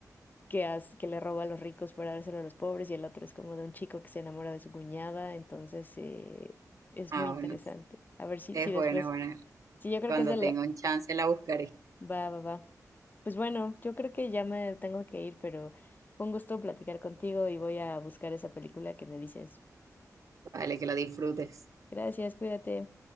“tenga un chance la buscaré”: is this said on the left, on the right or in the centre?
Right